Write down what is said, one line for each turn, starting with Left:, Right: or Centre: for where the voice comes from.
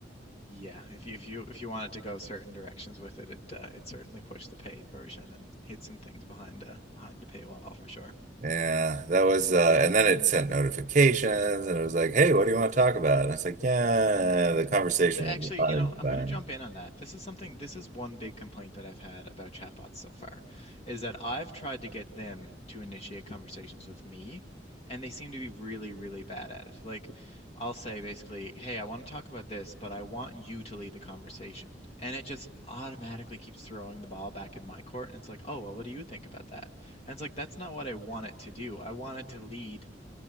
Left: Yeah, if you if you if you wanted to go certain directions with it, it uh, it certainly pushed the paid version and hid some things behind a behind a paywall for sure.
Right: Yeah, that was, uh, and then it sent notifications and it was like, hey, what do you want to talk about? And I was like, yeah, the conversation
Left: Th- Actually,
Right: was uninspiring.
Left: you know, I'm going to jump in on that. This is something, this is one big complaint that I've had about chatbots so far, is that I've tried to get them to initiate conversations with me, and they seem to be really, really bad at it. Like, I'll say basically, hey, I want to talk about this, but I want you to lead the conversation. And it just automatically keeps throwing the ball back in my court. And it's like, oh, well, what do you think about that? And it's like, that's not what I want it to do. I want it to lead